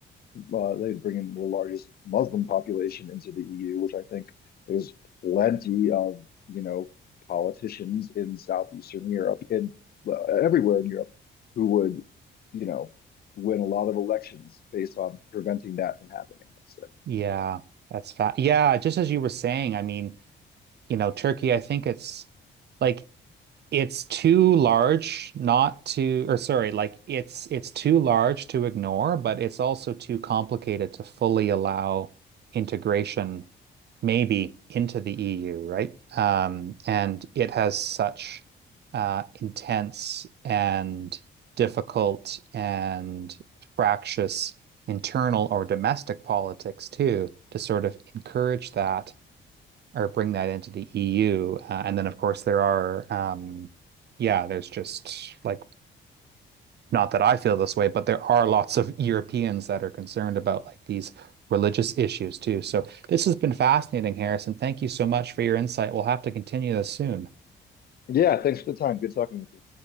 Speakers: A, on the left; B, on the right.
A: uh, they'd bring in the largest Muslim population into the EU, which I think there's plenty of, you know, politicians in Southeastern Europe and uh, everywhere in Europe who would, you know, win a lot of elections based on preventing that from happening, let's say.
B: Yeah. That's fat. Yeah. Just as you were saying, I mean, you know, Turkey, I think it's like it's too large not to, or sorry, like it's it's too large to ignore, but it's also too complicated to fully allow integration maybe into the EU, right? Um, and it has such uh, intense and difficult and fractious internal or domestic politics too, to sort of encourage that or bring that into the EU. Uh, and then, of course, there are, um, yeah, there's just like, not that I feel this way, but there are lots of Europeans that are concerned about like these religious issues too. So this has been fascinating, Harrison. Thank you so much for your insight. We'll have to continue this soon.
A: Yeah, thanks for the time. Good talking with you.